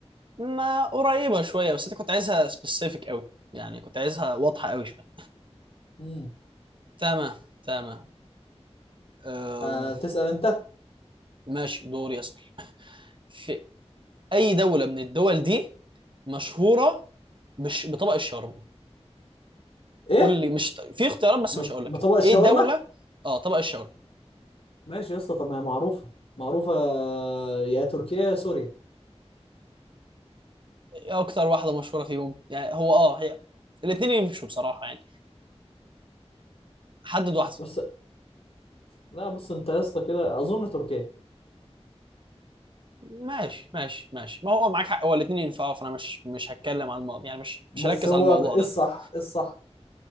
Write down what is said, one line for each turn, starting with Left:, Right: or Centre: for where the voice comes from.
Right: ما قريبة شوية بس انت كنت عايزها سبيسيفيك قوي يعني كنت عايزها واضحة قوي شوية
Left: امم
Right: تمام تمام أم،
Left: هتسأل انت
Right: ماشي دوري أسأل في أي دولة من الدول دي مشهورة بش... بطبق الشاورما
Left: ايه
Right: قول لي مش في اختيارات بس
Left: بط-
Right: مش هقول
Left: بطبق
Right: لك
Left: الشاورما
Right: ايه دولة اه طبق الشاورما
Left: ماشي يا اسطى طب ما هي معروفة معروفة آه، يا تركيا يا سوريا
Right: ايه اكتر واحدة مشهورة فيهم يعني هو اه هي الاتنين يمشوا بصراحة يعني حدد واحدة
Left: بس لا بص انت يا اسطى كده اظن تركيا
Right: ماشي ماشي ماشي ما هو معاك حق هو الاتنين ينفعوا فانا مش مش هتكلم عن الموضوع يعني مش
Left: بس
Right: مش هركز
Left: هو
Right: على الموضوع
Left: ايه
Right: ده
Left: الصح ايه الصح